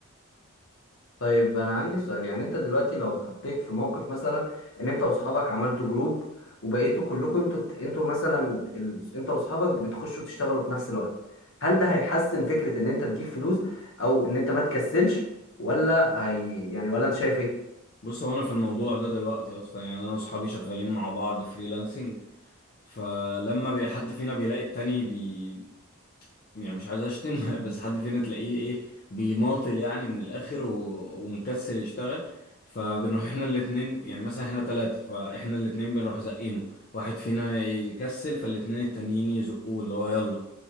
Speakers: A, on the left; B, on the left.
A: طيب انا عندي سؤال يعني انت دلوقتي لو اتحطيت في موقف مثلا ان انت واصحابك عملتوا جروب وبقيتوا كلكم انتوا انتوا مثلا ال... انت واصحابك بتخشوا تشتغلوا في نفس الوقت هل ده هيحسن فكرة ان انت تجيب فلوس او ان انت ما تكسلش ولا هي يعني ولا انت شايف ايه
B: بص هو انا في الموضوع ده دلوقتي اصلا يعني انا واصحابي شغالين مع بعض فريلانسنج فلما بي- حد فينا بيلاقي التاني بي يعني مش عايز اشتم <laughs> بس حد فينا تلاقيه ايه بيماطل يعني من الاخر و... ومكسل يشتغل فبنروح احنا الاتنين يعني مثلا احنا تلاتة فاحنا الاتنين بنروح زقينه واحد فينا يكسل فالاتنين التانيين يزقوه اللي هو يلا